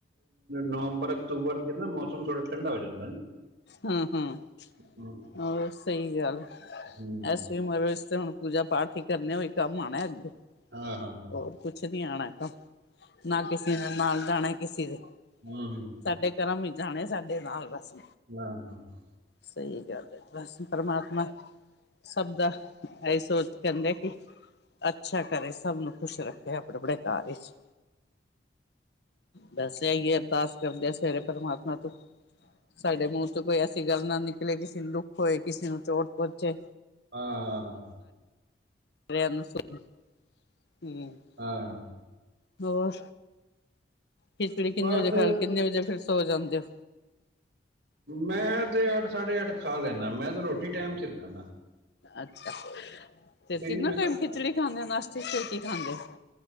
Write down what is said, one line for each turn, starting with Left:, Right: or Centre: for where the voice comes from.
Right: ਨਵੰਬਰ, ਅਕਤੂਬਰ ਚ' ਨਾ ਮੌਸਮ ਥੋੜ੍ਹਾ ਠੰਡਾ ਹੋ ਜਾਂਦਾ ਨਾ।
Left: ਹਂ, ਹਂ
Right: ਹੂੰ,
Left: ਹੋਰ ਸਹੀ ਗੱਲ
Right: ਹੂੰ,
Left: ਇਸ ਉਮਰ ਵਿਚ ਤੇ ਹੁਣ ਪੂਜਾ-ਪਾਠ ਹੀ ਕਰਨੇ ਓਹੀ ਕੰਮ ਆਣਾ ਅੱਗੋਂ
Right: ਹਾਂ, ਹਾਂ, ਹਾਂ,
Left: ਹੋਰ ਕੁਛ ਨੀ ਆਣਾ <unintelligible> ਨਾ ਕਿਸੇ ਨੇ ਨਾਲ ਜਾਣਾ ਕਿਸੇ ਦੇ
Right: ਹਂ, ਹਂ
Left: ਸਾਡੇ ਕਰਮ ਵੀ ਜਾਣੇ, ਸਾਡੇ ਨਾਲ ਬਸ।
Right: ਵ ਹਾਂ <unintelligible>
Left: ਸਹੀ ਗੱਲ ਐ, ਬਸ ਪਰਮਾਤਮਾ ਸਭ ਦਾ ਇਹ ਸੋਚ ਕਹਿੰਦੇ ਆ ਕਿ, ਅੱਛਾ ਕਰੇ, ਸਭ ਨੂੰ ਖੁਸ਼ ਰੱਖੇ, ਆਪਣੇ ਬੜੇ ਘਰ ਵਿੱਚ ਬਸ ਇਈਏ ਅਰਦਾਸ ਕਰਦੇ ਐ ਸਵੇਰੇ ਪ੍ਰਮਾਤਮਾ ਤੂੰ ਸਾਡੇ ਮੂੰਹ ਚ ਕੋਈ ਐਸੀ ਗੱਲ ਨਾ ਨਿਕਲੇ, ਕਿਸੇ ਨੂੰ ਦੁੱਖ ਹੋਏ, ਕਿਸੇ ਨੂੰ ਚੋਟ ਪੋਚੇ
Right: ਹਾਂ
Left: <unintelligible> ਹਂ
Right: ਹਾਂ।
Left: ਹੋਰ, ਖਿਚੜੀ ਕਿੰਨੇ
Right: ਬਸ
Left: ਵਜੇ ਖਾਂਈ, ਕਿੰਨੇ ਵਜੇ ਫਿਰ ਸੋ ਜਾਂਦੇ ਔ?
Right: ਮੈਂ ਤੇ ਅੱਠ, ਸਾਢੇ ਅੱਠ ਖਾ ਲੈਣਾ। ਮੈਂ ਤੇ ਰੋਟੀ ਟਾਈਮ ਸਿਰ ਖਾਂਣਾ।
Left: ਅੱਛਾ, ਤੇ ਤਿੰਨੋਂ
Right: ਨੀ ਮੈਂ
Left: ਟਾਈਮ ਖਿਚੜੀ ਖਾਂਦੇ ਨਾਸ਼ਤੇ ਚ ਫਿਰ ਕੀ ਖਾਂਦੇ?